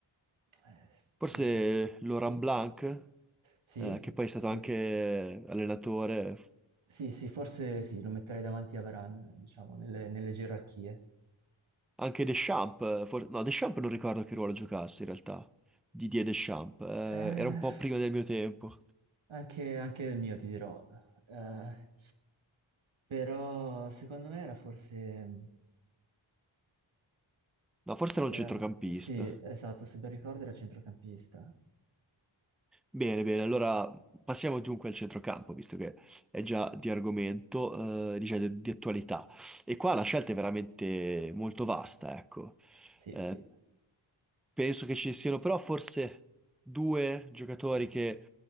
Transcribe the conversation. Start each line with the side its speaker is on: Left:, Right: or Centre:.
Right: eh, sto
Centre: Forse
Right: pensando.
Centre: Laurent
Right: sì,
Centre: Blanc,
Right: sì,
Centre: eh, che poi è stato
Right: sì.
Centre: anche allenatore,
Right: Sì, sì, forse sì, lo metterei davanti a Varane, diciamo, nelle, nelle gerarchie.
Centre: anche Deschamps, for- no, Deschamps non ricordo che ruolo giocasse in realtà, Didier Deschamps, eh,
Right: Eh,
Centre: era un po' prima del mio tempo.
Right: anche, anche il mio, ti dirò. Eh, però secondo me era forse...
Centre: No, forse
Right: Era...
Centre: era un centrocampista.
Right: Sì, esatto, se ben ricordo era centrocampista.
Centre: Bene, bene, allora passiamo dunque al centrocampo, visto che è già di argomento, eh, diciamo, di, di attualità. E qua la scelta è veramente molto vasta, ecco.
Right: Sì,
Centre: Eh,
Right: sì.
Centre: penso che ci siano però forse due giocatori che